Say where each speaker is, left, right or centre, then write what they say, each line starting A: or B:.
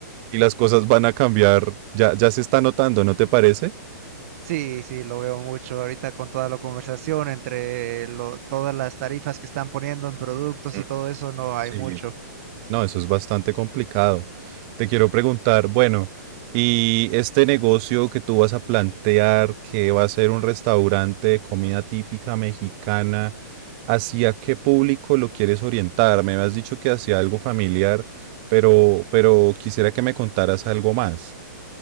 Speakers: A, on the right; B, on the right.
A: y las cosas van a cambiar. Ya, ya se está notando, ¿no te parece?
B: Sí, sí, lo veo mucho ahorita con toda la conversación entre lo- todas las tarifas que están poniendo en productos
A: Mm,
B: y todo eso, no
A: Sí.
B: hay mucho.
A: No, eso es bastante complicado. Te quiero preguntar, bueno, ¿y este negocio que tú vas a plantear, que va a ser un restaurante de comida típica mexicana, ¿hacia qué público lo quieres orientar? Me has dicho que hacia algo familiar, pero, pero quisiera que me contaras algo más.